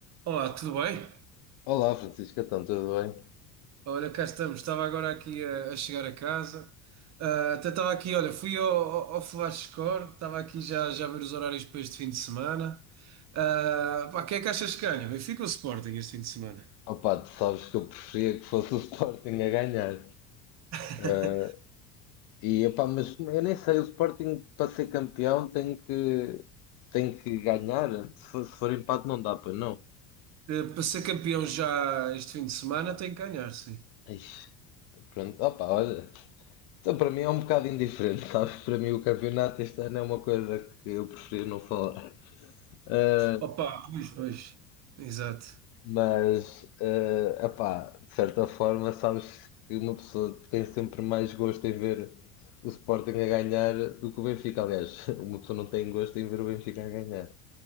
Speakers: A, on the right (about 35°); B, on the left (about 55°).
A: Olá, tudo bem?
B: Olá Francisco, então tudo bem?
A: Olha, cá estamos. Estava agora aqui a, a chegar a casa. Ah, até estava aqui, olha, fui ao, ao, ao Flash Score, estava aqui já, já a ver os horários para este fim de semana. Ah, pá, quem é que achas que ganha? Benfica ou Sporting este fim de semana?
B: Opá, tu sabes que eu preferia que fosse o <laughs> Sporting a ganhar.
A: <laughs>
B: Ah, e opá, mas eu nem sei, o Sporting para ser campeão tem que, tem que ganhar. Se for, se for empate não dá para não.
A: Eh, Para ser campeão já este fim de semana tem que ganhar, sim.
B: Ai, pronto, opá, olha. Então para mim é um bocado indiferente, <laughs> sabes? Para mim o campeonato este ano é uma coisa que eu prefiro não falar. Ah,
A: Opa, pois, pois. Exato.
B: Mas, eh, epá, de certa forma, sabes que uma pessoa tem sempre mais gosto em ver o Sporting a ganhar do que o Benfica. Aliás, <laughs> uma pessoa não tem gosto em ver o Benfica a ganhar.